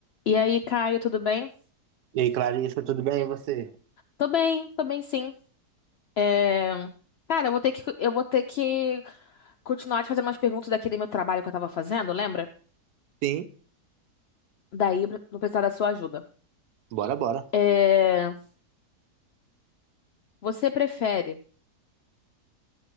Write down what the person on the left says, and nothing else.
E aí, Caio, tudo bem?
Tô bem, tô bem sim. É, Cara, eu vou ter que, eu vou ter que continuar te fazendo umas perguntas daquele meu trabalho que eu tava fazendo, lembra?
Daí eu vou precisar da sua ajuda.
É, Você prefere,